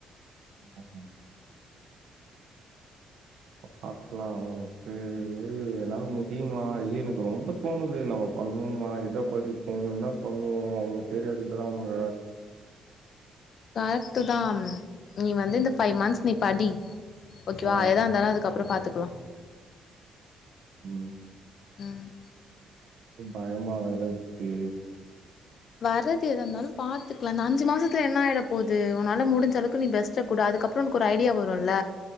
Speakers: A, on the right; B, on the left.
A: ம் ம் பாக்லா ஓகே இது என்னால முடியுமா ஐயோ எனக்கு ரொம்ப தோணுது நம்ம பண்ணோமா இத படிப்போ என்னா பண்ணுவோ அவ்ளோ பேர் எழுதுறாங்க
B: கரெக்டு தாம் நீ வந்து இந்த
A: ம்
B: ஃபைவ் மந்த்ஸ் நீ படி ஓகேவா
A: ஆ
B: அது எதா இருந்தாலு அதுக்கப் ப்றோ பாத்துக்லா
A: ம்
B: ம்
A: தும் பயமா வேற இருக்கு
B: வரது எதாந்தாலும் பாத்துக்லா இந்த அஞ்சு மாசத்ல என்னாயிடப் போது உன்னால முடிஞ்சளவுக்கு நீ பெஸ்ட் சக் குடு அதுக்கப்றோ ஒனுக்கு ஒரு ஐடியா வருல்ல